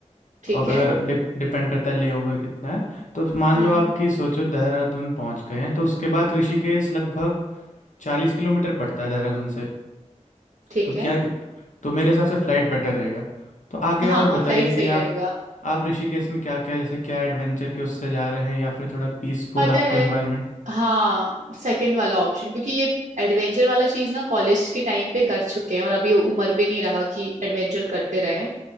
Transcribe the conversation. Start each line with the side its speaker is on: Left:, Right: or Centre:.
Right: ठीक
Left: और अगर
Right: है
Left: डिप, डिपेंड करता है लेओवर कितना है तो मान
Right: हम्म
Left: लो आपकी सोचो देहरादून पहुंच गए हैं तो उसके बाद ऋषिकेश लगभग चालीस किलोमीटर पड़ता है देहरादून से
Right: ठीक
Left: तो
Right: है
Left: क्या तो मेरे हिसाब से फ्लाइट बेटर रहेगा तो आगे और
Right: हाँ हाँ
Left: बताइए
Right: फ्लाइट सही
Left: कि आप
Right: रहेगा
Left: आप ऋषिकेश में क्या क्या जैसे क्या एडवेंचर के उससे जा रहे हैं या फिर थोड़ा पीसफुल
Right: पता
Left: आपको
Right: है
Left: इन्वायरमेंट
Right: हाँ सेकंड वाला ऑप्शन क्योंकि ये एडवेंचर वाला चीज ना कॉलेज के टाइम पे कर चुके हैं और अभी उम्र भी नहीं रहा कि एडवेंचर करते रहें